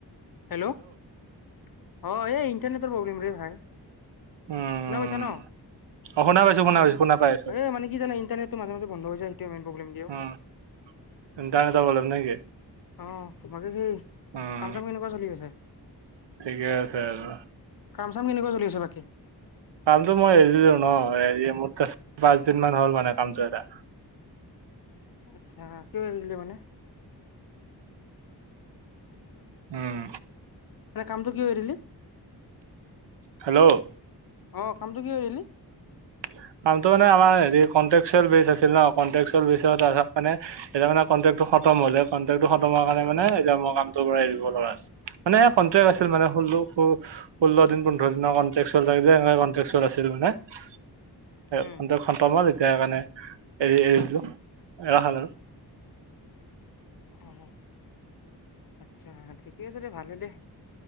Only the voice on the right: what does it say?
উম
অ শুনা পাইছো শুনা
পাইছো শুনা পাই আছো
উম <unintelligible>
উম
ঠিকে আছে আৰু।
কামটো মই এৰি দিলো ন হেৰি। ম চ পাঁচ দিন মান হ'ল মানে কামটো এৰা।
উম।
হেল্ল'
<unintelligible> কামটো মানে আমাৰ হেৰি কনটেক্টচুয়েল বেছ আচিল ন কনটেক্টচুয়েল বেছত তাৰ মানে, এতিয়া মানে খতম হলে কণ্টেক্টটো খতম হোৱা কাৰণে মানে এতিয়া মই কামটো পৰা এৰিব লগা মানে কটেক্ট আছিল মানে ষোল্ল -ষোল্ল দিন পোন্ধৰ দিনৰ কট্ৰেক টাইপ যে সেনেকে কনটেক্টচুয়েল আছিল ন <unintelligible>
কন্ট্ৰেক্ট খতম হল এতিয়া সেইকাৰণে এৰি এৰি দিলো এৰা খাল আৰু।